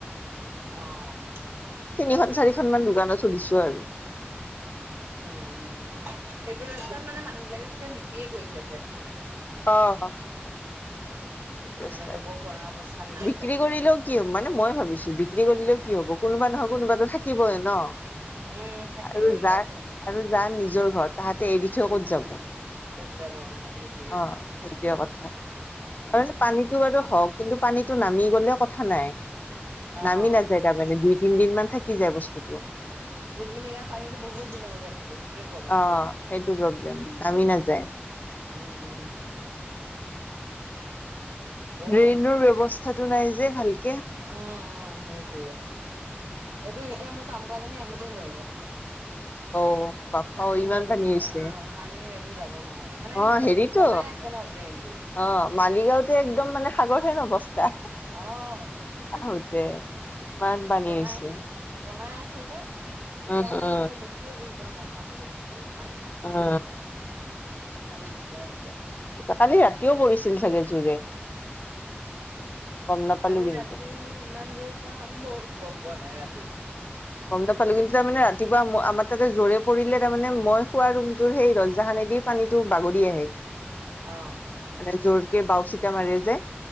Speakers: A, on the right (about 70°); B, on the left (about 40°).
A: আহ।
B: তিনিখন-চাৰিখন মান দোকানত আছে হোদিছো আৰু।
A: উম, উম, উম সেইটো ৰাস্তাত মানে মানুহ বিলাকে চাগে নিকিয়ে কৰিছে ফ্লেট বিলাক আৰু
B: অ। ৰাস্তা
A: মানে ল'ব
B: ত
A: পৰা অৱস্থাত নাই
B: বিক্ৰী
A: চাগে।
B: কৰিলেও কি হ মানে মই ভাবিছো বিক্ৰী কৰিলেও কি হব কোনোবা নহয় কোনোবাতো থাকিবইে ন।
A: উম থাকিবই
B: আৰু যাক
A: বাৰু কোনোবা
B: আৰু
A: কোনোবা
B: যাৰ নিজৰ ঘৰ তাহাঁতে এৰি থৈ ক'ত যাব?
A: ক'ত যাব। অ' সেইটোৱে।
B: অ সেইটোৱে কথা
A: উম
B: আৰুে পানীটো আৰু হওক কিন্তু পানীটো নামি গলে কথা নাই।
A: অ
B: নামি নাযায়
A: সেইটোয়ে
B: তাৰমানে দুই-তিন দিন মান থাকি যায় বস্তুটো।
A: ৰুক্মিণী গাঁও পানীতো বহুত দিনলৈকে থাকে। সেইটোৱে প্ৰব্লেম
B: অ' সেইটো প্ৰব্লেম নামি নাযায়।
A: উম, উম। তাকেহে
B: ড্ৰেইনৰ ব্যৱস্থাতটো নাই যে ভালকে।
A: উম, উম, সেইটোৱে। এইটো এতিয়া মোক কাম-কাজলে আহিবই নোৱাৰিলে।
B: অ বাপ্পা
A: পানীৰ
B: অ ইমান
A: বাইদেউ
B: পানী হৈছে
A: অ' পানীৰ বাইদেউ যাব নোৱাৰো মানে
B: অ
A: সেইটো
B: হেৰিতো
A: বনাই আছে ন? টো।
B: অ মালিগাঁওতে একদম মানে সাগৰহেন অৱস্থা।
A: আহ, স
B: আহোতে ইমান পানী
A: বনাই
B: হৈছে
A: আ বনাই আছে। যে তেতিয়া
B: উম
A: মানে
B: উম
A: ইহঁতৰ বেছিয়ে জুই কৰা মানুহৰ বহুত হৈছে। পানী
B: অ'।
A: সেইকাৰণে দিগদাৰ আছে।
B: কালি ৰাতিও পৰিছিল চাগে জোৰে। গম নাপালো
A: কালি
B: কিন্তু
A: ৰাতি ইমান দূৰে পৰা মই গম পোৱা নাই ৰাতি।
B: গম নাপালো কিন্তু তাৰ মানে ৰাতিপুৱা। আমাৰ তাতে জোৰে পৰিলে তাৰ মানে মই খোৱা ৰুমটোৰ সেই দৰজাখন দ পানীতো বাগৰি আহে।
A: অ'।
B: মানে জোৰকে বাওচিতা মাৰি যায়